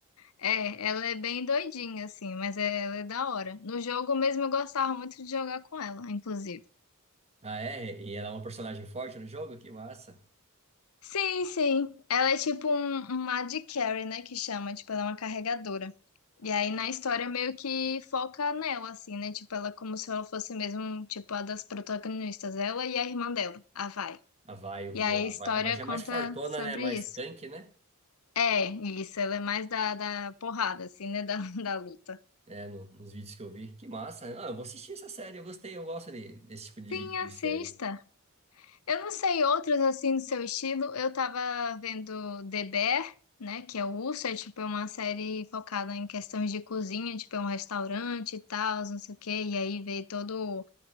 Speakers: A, on the left; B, on the right.
A: É, ela é bem doidinha, assim, mas é- ela é da hora. No jogo mesmo eu gostava muito de jogar com ela, inclusive.
B: Ah, é? E ela é uma personagem forte no jogo? Que massa.
A: Sim, sim. Ela é tipo um, uma AD carry, né, que chama, tipo, ela é uma carregadora. E aí na história meio que foca nela, assim, né, tipo, ela é como se ela fosse mesmo, tipo, a das protagonistas, ela e a irmã dela, a Vai.
B: A Vi, eu
A: E
B: vi
A: aí
B: lá.
A: a história
B: A Vi a Vi já é
A: conta
B: mais fortona,
A: sobre
B: né? Mais
A: isso.
B: tanque, né?
A: É, isso, ela é mais da, da porrada, assim, né, da, <laughs> da luta.
B: É, no- nos vídeos que eu vi. Que massa. Ah, eu vou assistir essa série. Eu gostei, eu gosto de- desse tipo de,
A: Sim,
B: vi- de
A: assista.
B: série.
A: Eu não sei outras assim do seu estilo. Eu tava vendo The Bear, né? Que é o Urso, é tipo é uma série focada em questões de cozinha, tipo é um restaurante e tal, não sei o quê. E aí vê todo,